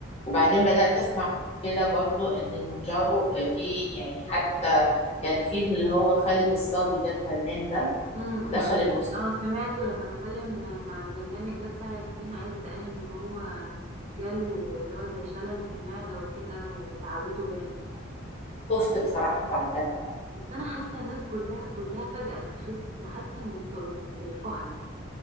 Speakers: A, on the left (about 30°); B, on the right (about 30°).
A: وبعدين
B: أم،
A: بدات اسمع كده برضو ان المونجارو في يعني حتى كان في اللي هو خالد الصاوي ده الفنان ده
B: أم، أم.
A: دخل المستشفى
B: اه سمعته لما اتكلم مع البرنامج ده بتاع ياسمين عز قال ان هو جاله اللي هو زي شلل في المعدة وكده وتعبته جامد
A: خفت بصراحه بعدها بقى
B: بس انا حاسه الناس كلها كلها فجأة بتخس وحاسه انه بت- بت- بالحقن